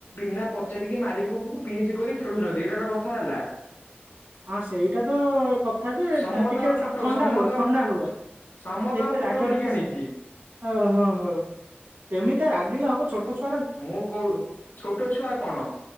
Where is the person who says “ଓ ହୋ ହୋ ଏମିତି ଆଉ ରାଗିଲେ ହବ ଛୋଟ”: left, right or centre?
Right